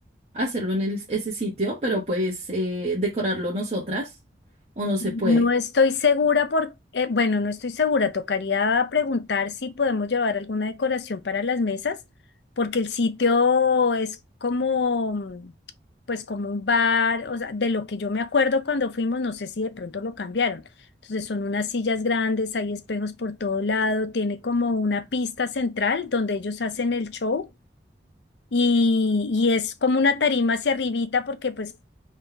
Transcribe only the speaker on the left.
No
estoy segura por, eh, bueno, no estoy segura. Tocaría preguntar si podemos llevar alguna decoración para las mesas, porque el sitio es como, mm, pues como un bar, o sea, de lo que yo me acuerdo cuando fuimos, no sé si de pronto lo cambiaron. Entonces son unas sillas grandes, hay espejos por todo lado, tiene como una pista central donde ellos hacen el show y, y es como una tarima hacia arribita porque pues